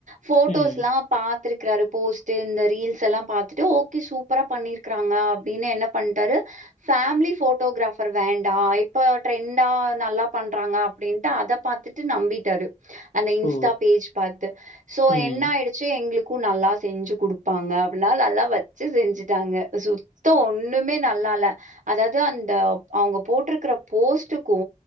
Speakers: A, on the right; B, on the left.
A: ஃபோட்டோஸ்லா
B: ம்
A: பாத்துருக்கறாரு போஸ்ட் இந்த ரீல் செல்லா பாத்துட்டு ஓகே சூப்பரா பண்ணிருக்றாங்க அப்டினு என்ன பண்ட்டாரு ஃபேமிலி ஃபோட்டோகிராஃப் அப்பற வேண்டா இப்ப ட்ரெண்டா நல்லா பண்றாங்க அப்டின்ட்டு அத பாத்துட்டு நம்பிட்டாரு. அந்த இன்ஸ்டா
B: ஓ
A: பேஜ் பாத்து சோ
B: ம்
A: என்ன ஆய்டுச்சு எங்ளுக் கு நல்லா செஞ்சு குடுப்பாங்க அப்டினா நல்லா வச்சு செஞ்சுட்டாங்க சுத்தோ ஒண் ணுமே நல்லால அதாது அந்த அவுங்க போட்ருக்கற போஸ்ட்டுக்கு